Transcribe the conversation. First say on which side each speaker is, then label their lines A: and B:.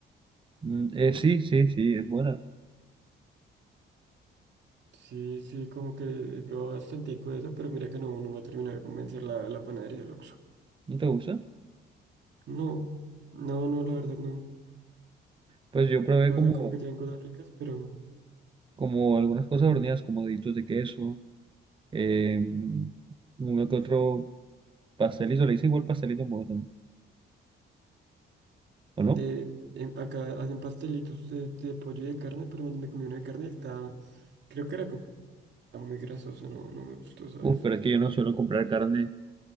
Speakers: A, on the right (about 25°); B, on the right (about 60°).
A: Mm, eh, sí, sí, sí, es buena.
B: Sí, sí, como que he probado bastante de eso, pero mira que no, no me ha terminado de convencer la, la panadería del Oxxo.
A: ¿No te gusta?
B: No, no, no, la verdad no.
A: Pues yo probé
B: O
A: como,
B: sea, como que tienen cosas ricas, pero...
A: como algunas cosas horneadas, como deditos de queso Eh, uno que otro pastelito, le dicen igual pastelito en Bogotá, ¿o
B: De,
A: no?
B: em, acá hacen pastelitos de, de pollo y de carne, pero me, me comí una de carne y estaba, creo que era como muy grasosa, no, no me gustó, ¿sabes?
A: Uf, pero es que yo no suelo comprar carne,